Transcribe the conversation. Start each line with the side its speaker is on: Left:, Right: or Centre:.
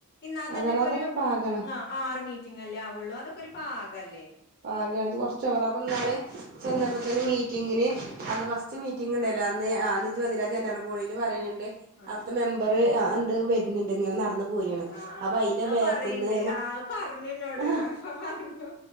Left: ഇന്നാ തന്നെ
Right: അതാണ്
Left: ഇപ്പൊ
Right: അതൊക്കെ
Left: ഒരു
Right: പാകാണ്
Left: ആ ആറ് മീറ്റിംഗല്ലേ ആവുള്ളൂ അതൊക്കെ ഒരു പാഗല്ലേ
Right: പാക കൊറച്ച പറ അപ്പൊ നാെ ചെന്നപ്പോ തന്നെ മീറ്റിങ്ങിന് അന്ന് ഫസ്റ്റ് മീറ്റ മറ്റി ഉണ്ടല്ലോ അന്ന് അന്നിജ്ജ് വന്നില്ല ജനറൽ ബോഡിൽ പറയിണിണ്ട്
Left: ആ ആ
Right: മെമ്പർ എണ്ട് വരുന്നുണ്ട് ഇങ്ങനെ നടന്ന <unintelligible>
Left: ആ ആ
Right: അപ്പൊ അയ്ന്റെ
Left: അത്
Right: ബാക്കിന്ന്
Left: പറയണ്ട് ആ അത് പറഞ്ഞു എന്നോട്
Right: ആഹ്
Left: റഫ പറഞ്ഞു